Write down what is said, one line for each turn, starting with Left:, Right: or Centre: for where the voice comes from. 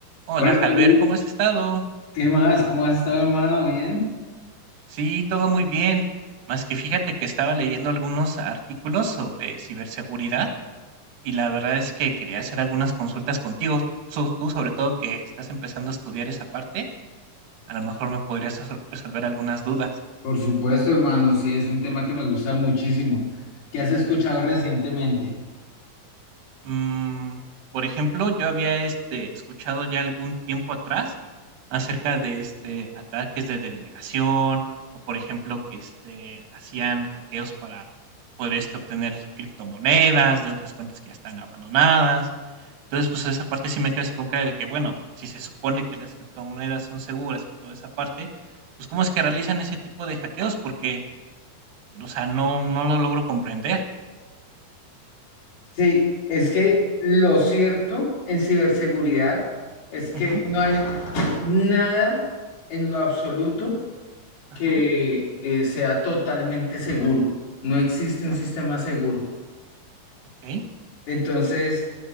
Right: Hola,
Left: Hola,
Right: Jalber,
Left: David.
Right: ¿cómo has estado?
Left: ¿qué más? ¿Cómo has estado, hermano? ¿Bien?
Right: Sí, todo muy bien. Más que fíjate que estaba leyendo algunos artículos sobre ciberseguridad y la verdad es que quería hacer algunas consultas contigo. Tú, tú, sobre todo que estás empezando a estudiar esa parte, a lo mejor me podrías resol- resolver algunas dudas.
Left: Por supuesto, hermano, sí, es un tema que me gusta muchísimo. ¿Qué has escuchado recientemente?
Right: Mm, por ejemplo, yo había este, escuchado ya algún tiempo atrás acerca de este ataques de denegación o por ejemplo que este hacían hackeos para poder este, obtener criptomonedas de otras cuentas que ya están abandonadas. Entonces, pues esa parte sí me queda así con cara de que, bueno, si se supone que las criptomonedas son seguras y toda esa parte, pues cómo es que realizan ese tipo de hackeos porque, o sea, no, no lo logro comprender.
Left: Sí, es que lo cierto en ciberseguridad es que
Right: Ujú,
Left: no hay nada en lo absoluto
Right: ajá,
Left: que eh, sea totalmente seguro. No existe un sistema seguro.
Right: ok,
Left: Entonces,